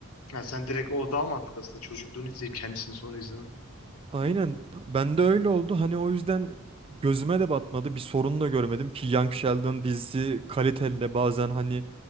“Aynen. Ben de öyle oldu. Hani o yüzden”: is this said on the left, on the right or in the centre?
Right